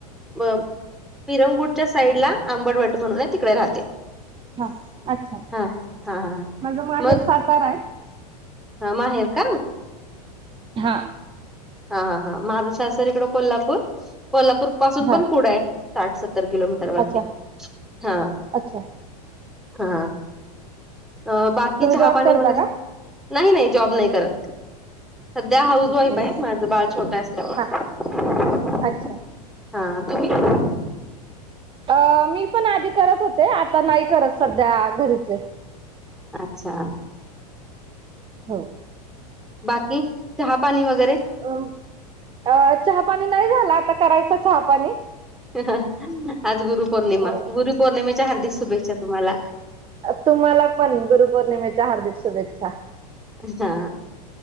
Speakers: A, in the centre; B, on the right.
A: म मीरंगूटच्या साईटला, आंबटवट म्हणून हाय तिकडे राहते.
B: हा, अच्छा
A: हा हा हा
B: माझं माहेर
A: मग
B: सातारा आहे
A: हा, माहेर का?
B: हा
A: हा- हा -हा, माझं सासर इकडं कोल्हापूर, कोल्हापूरपासून
B: हा
A: पण पुढं हाय, साठ सत्त त्तर किलोमीटरवरती,
B: अच्छा
A: हा
B: अच्छा
A: -हा अ बाकी
B: तुम्ही
A: चहा
B: जॉब
A: पाणी
B: करता
A: वगैरे,
B: का
A: नाही- नाही जॉब नाही करत. सध्या, हाऊस
B: ओके
A: वाईफ हाय, माझं बाळ छोटं असल्यामुळं
B: हा अच्छा
A: हा, तुम्ही?
B: अ मी पण आधी करत होते, आता नाही करत, सध्या घरीच आहे
A: अच्छा
B: हो
A: बाकी, चहा पाणी वगैरे?
B: अम अ चहापाणी नाय झाला, आत्ता करायचा चहापाणी
A: ह -ह -ह, आज गुरुपौर्णिमा,
B: हो
A: गुरुपौर्णिमेच्या हार्दिक शुभेच्छा तुम्हाला.
B: अ तुम्हाला पण, गुरुपौर्णिमेच्या हार्दिक शुभेच्छा.
A: हा